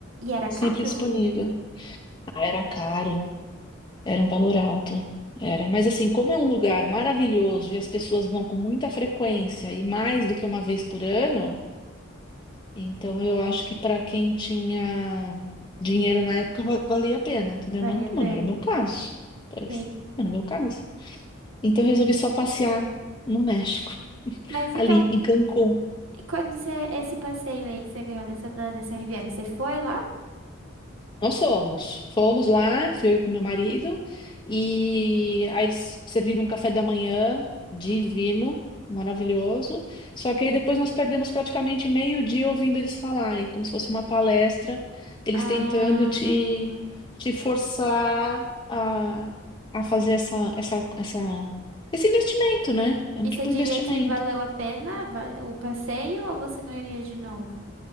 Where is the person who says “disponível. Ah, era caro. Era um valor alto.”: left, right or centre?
Left